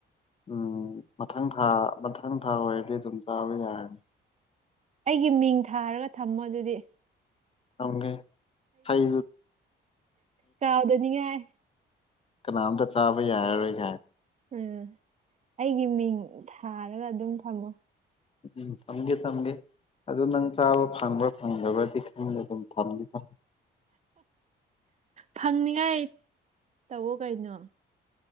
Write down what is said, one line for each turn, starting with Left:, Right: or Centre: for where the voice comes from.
Left: ꯎꯝ ꯃꯊꯪ ꯊꯥ ꯃꯊꯪ ꯊꯥ ꯑꯣꯏꯔꯗꯤ ꯑꯗꯨꯝ ꯆꯥꯕ ꯌꯥꯔꯅꯤ
Right: ꯑꯩꯒꯤ ꯃꯤꯡ ꯊꯥꯔꯒ ꯊꯝꯃꯣ ꯑꯗꯨꯗꯤ
Left: ꯊꯝꯒꯦ ꯍꯩ
Right: ꯀꯥꯎꯗꯅꯤꯉꯥꯏ
Left: ꯀꯅꯥꯝꯇ ꯆꯥꯕ ꯌꯥꯔꯔꯣꯏ <unintelligible>
Right: ꯎꯝ ꯑꯩꯒꯤ ꯃꯤꯡ ꯊꯥꯔꯒ ꯑꯗꯨꯝ ꯊꯝꯃꯣ
Left: ꯎꯝ ꯊꯝꯒꯦ ꯊꯝꯒꯦ ꯑꯗꯣ ꯅꯪ ꯆꯥꯕ ꯐꯪꯕ꯭ꯔꯥ ꯐꯪꯗꯕ꯭ꯔꯗꯤ ꯈꯪꯗꯦ ꯑꯗꯨꯝ ꯊꯝꯗꯤ ꯊꯝ
Right: ꯐꯪꯅꯤꯉꯥꯏ ꯇꯧꯑꯣ ꯀꯩꯅꯣ